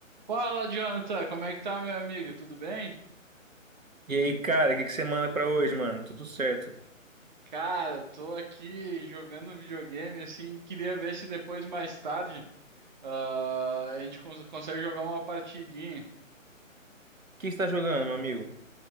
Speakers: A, on the right; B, on the right.
A: Fala, Jonathan, como é que tá, meu amigo? Tudo bem?
B: E aí, cara, o que que você manda pra hoje, mano? Tudo certo. O
A: Cara, tô aqui jogando videogame, assim, queria ver se depois, mais tarde, ah, a gente cons- consegue jogar uma partidinha.
B: que você tá jogando, meu amigo?